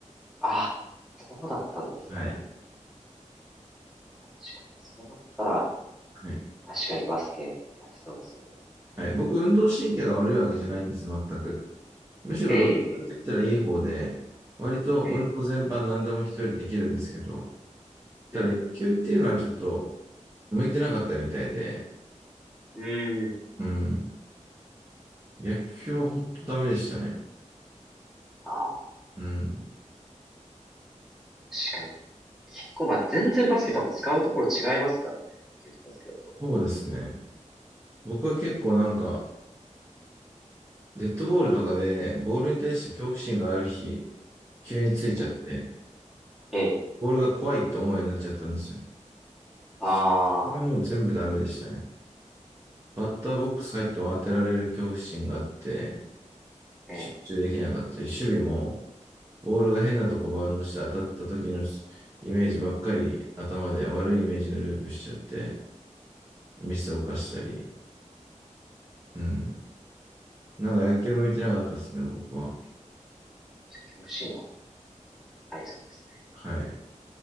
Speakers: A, in the centre; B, on the right.
A: あ、そうだったんですね。
B: はい。
A: 確かに、それだったら、
B: はい。
A: 確かにバスケやってたんですよね。
B: はい、僕、運動神経が悪いわけじゃないんです、全く。むしろどっちかって言ったらいい方で、
A: ええ、
B: 割と運動全般何でも一人できるんですけど、
A: ええ、
B: ただ野球っていうのはちょっと、
A: うん、
B: 向いてなかったみたいで、
A: うん。うーん
B: うん。野球は本当ダメでしたね。
A: ああ、
B: うん。
A: 確かに。結構、まあ、全然バスケ多分使うところ違いますからね。野球とバスケだと。
B: そうですね。僕は結構なんか、デッドボールとかで、ボールに対して恐怖心がある日、急についちゃって、
A: ええ、ええ、
B: ボールが怖いって思うようになっちゃったんですよ。それがもう全部ダメでしたね。
A: あ
B: バッターボックス入っても当てられる恐怖心があって、
A: あ、そういうのええ、
B: 集中できなかったり、守備も、ボールが変なとこバウンドして当たった時のイメージばっかり頭で悪いイメージがループしちゃって、ミスを犯したり、うん。なんか野球向いてなかったですね、僕は。
A: 恐怖心はありそうです
B: はい。